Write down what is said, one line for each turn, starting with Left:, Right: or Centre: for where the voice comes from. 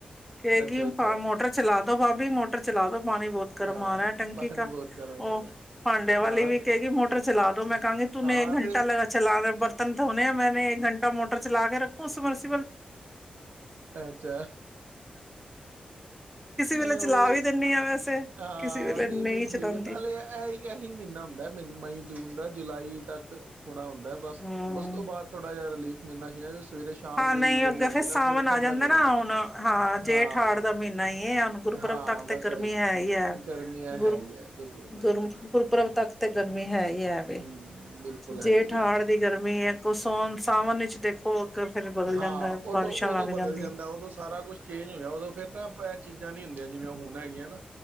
Centre: ਕੇ
Right: ਅੱਛਾ
Centre: ਗੀ
Right: ਅੱਛਾ
Centre: ਮੋਟਰ ਚਲਾ ਦੋ ਓਂ ਬਾਬੀ ਮੋਟਰ ਚਲਾ ਦੋ ਪਾਣੀ ਬਹੁਤ ਗਰਮ
Right: ਹਾਂ
Centre: ਆ ਰਿਹਾ ਹੈ ਟੈਂਕੀ
Right: ਪਾਣੀ
Centre: ਕਾ,
Right: ਬਹੁਤ ਗਰਮ
Centre: ਉਹ
Right: ਵਾਲਾ
Centre: ਫਾਂਡਿਆਂ ਵਾਲੀ
Right: ਹਾਂ
Centre: ਵੀ
Right: ਤੇ
Centre: ਕਹਿਗੀਈ ਮੋਟਰ ਚਲਾ ਦੋ ਮੈਂ ਕਹਾਂਗੀ ਤੂੰਣੇ
Right: ਹਾਂ
Centre: ਏਕ ਘੰਟੇ
Right: ਤੇ
Centre: ਓਂ ਚਲਾ ਰੇ ਬਰਤਨ ਧੋਣੇ ਮੈਂਨੇ ਇੱਕ ਘੰਟਾ ਮੋਟਰ ਚਲਾ ਕੇ <unintelligible>
Right: ਅੱਛਾ, ਨਹੀਂ
Centre: ਵੇਲੇ ਚਲਾ
Right: ਉਹ
Centre: ਵੀ ਦਿੰਨੀ ਆ ਵੈਸੇ
Right: ਹਾਂ
Centre: ਕਿਸੇ ਵੇਲੇ
Right: ਨਹੀਂ ਨਹੀਂ ਠੀਕ
Centre: ਚਲਾਉਂਦੀ
Right: ਨਾਲੇ ਐਹੀ ਇਹੀ ਮਹੀਨਾ ਹੁੰਦਾ ਮਈ ਜੂਨ ਦਾ ਜੁਲਾਈ ਤੱਕ ਥੋੜਾ ਹੁੰਦਾ ਏ ਬਸ
Centre: ਹੂੰ
Right: ਉਸ ਤੋਂ ਬਾਅਦ ਥੋੜਾ ਜਿਹਾ ਰਿਲੀਫ ਮਿਲਨਾ ਜੇ ਨਾ ਸਵੇਰੇ ਸ਼ਾਮ ਦੀ
Centre: ਅ
Right: ਜਿਹੜੀ ਹੁੰਦੀ
Centre: ਫਿਰ ਸਾਵਣ
Right: ਨਾ ਥੋੜ੍ਹੀ
Centre: ਆ
Right: ਠੰਡਕ
Centre: ਜਾਂਦਾ
Right: ਹੋ
Centre: ਨਾ
Right: ਜਾਂਦੀ
Centre: ਹੁਣ ਹਾਂ ਜੇਠ,
Right: ਹਾਂ
Centre: ਹਾੜ ਦਾ ਮਹੀਨਾ ਈ ਇਹ ਹੁਣ ਗੁਰਪੁਰਬ
Right: ਹਾਂ
Centre: ਤੱਕ
Right: ਬਸ
Centre: ਤੇ ਗਰਮੀ
Right: ਇਹੀ
Centre: ਹੈ ਹੀ ਹੈ,
Right: ਗਰਮੀਆਂ
Centre: ਗੁਰ,
Right: ਹੈ ਹੀ ਹੈ ਬਿਲਕੁਲ ਬਿਲਕੁਲ
Centre: ਗੁਰ ਗੁਰਪੁਰਬ ਤੱਕ ਤੇ ਗਰਮੀ ਹੈ। ਵੀ ਹੈ ਵੇ,
Right: ਹਮ ਬਿਲਕੁਲ ਹੈਗੀ
Centre: ਜੇਠ, ਹਾੜ
Right: ਜੀ
Centre: ਦੀ ਗਰਮੀ ਹੈ ਕੋ ਸੋਨ, ਸਾਵਨ ਕੁਛ ਦੇਖੋ ਅੱਗੇ ਫੇਰ ਬਦਲ
Right: ਹਾਂ
Centre: ਜਾਂਦਾ
Right: ਔਦੋਂ,
Centre: ਬਾਰਿਸ਼ਾਂ
Right: ਔਦੋਂ
Centre: ਲੱਗ
Right: ਬਦਲ
Centre: ਜਾਂਦੀ
Right: ਜਾਂਦਾ ਉਦੋਂ ਸਾਰਾ ਕੁਛ ਚੇਂਜ ਹੋਇਆ ਉਦੋਂ ਫੇਰ ਤਾ ਪੈ ਚੀਜ਼ਾਂ ਨੀ ਹੁੰਦੀਆਂ ਜਿਵੇਂ ਹੁਣ ਹੈਗੀਆਂ ਨਾ।